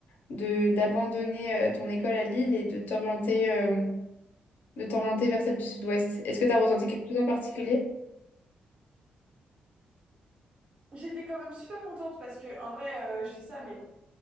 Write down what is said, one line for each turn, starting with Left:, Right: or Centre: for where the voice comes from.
Left: de d'abandonner euh, ton école à Lille et de t'orienter euh, de t'orienter vers celle du Sud-Ouest? Est-ce que tu as ressenti quelque chose en particulier?
Right: J'étais quand même super contente parce que, en vrai, euh, je dis ça, mais